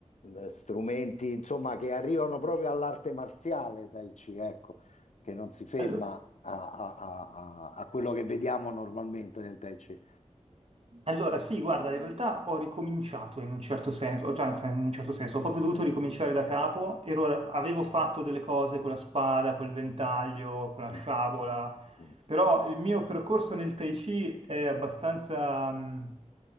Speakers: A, on the left; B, on the right.
A: eh, strumenti, insomma, che arrivano proprio all'arte marziale Tai Chi, ecco, che non si ferma
B: Allo-
A: a, a- a- a- a quello che vediamo normalmente nel Tai Chi.
B: Allora, sì, guarda, in realtà ho ricominciato in un certo senso, cioè anzi, in un certo senso, ho proprio dovuto ricominciare da capo, ero, avevo fatto delle cose con la spada, col ventaglio, con la
A: Mm,
B: sciabola
A: mm,
B: Però il mio percorso nel Tai Chi è abbastanza, mh,